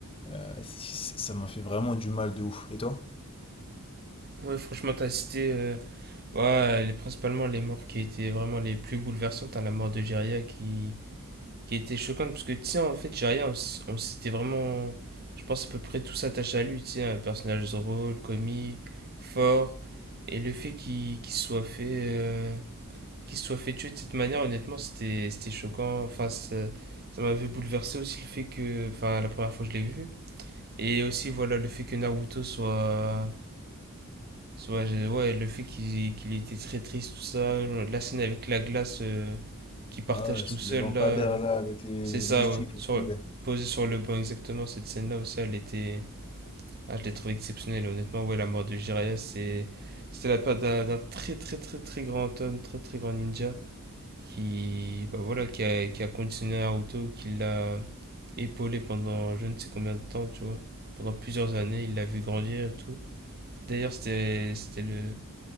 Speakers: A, on the left; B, on the right.
A: Euh, c- ça m'a fait vraiment du mal de ouf. Et toi?
B: Ouais, franchement, t'as cité. euh, Ouais, les- principalement les morts qui étaient vraiment les plus bouleversantes, à la mort de Jiraiya qui, qui était choquante, parce que tu sais, en fait, Jiraiya, on, s- on s'était vraiment, je pense, à peu près tous attachés à lui, tu sais, un personnage drôle, comique, fort, et le fait qu'il qu'il soit fait, euh, qu'il soit fait tuer de cette manière, honnêtement, c'était c'était choquant, enfin, ça, ça m'avait bouleversé aussi le fait que, enfin, la première fois que je l'ai vu, et aussi, voilà, le fait que Naruto soit Ouais, ouais, le fait qu'il qu'il était très triste, tout ça, la scène avec la glace euh, qu'il partage
A: Ah ouais,
B: tout
A: sous
B: seul,
A: le lampadaire
B: là,
A: là, avec les,
B: c'est
A: les
B: ça,
A: moustiques,
B: ouais,
A: laisse
B: sur,
A: tomber.
B: posé sur le banc, exactement, cette scène-là aussi, elle était, ah, je l'ai trouvée exceptionnelle, honnêtement, ouais, la mort de Jiraiya, c'est, c'était la part d'un d'un très, très, très, très grand homme, très, très grand ninja, qui, bah, voilà, qui a, qui a conditionné Naruto, qui l'a épaulé pendant je ne sais combien de temps, tu vois, pendant plusieurs années, il l'a vu grandir et tout, d'ailleurs, c'était, c'était le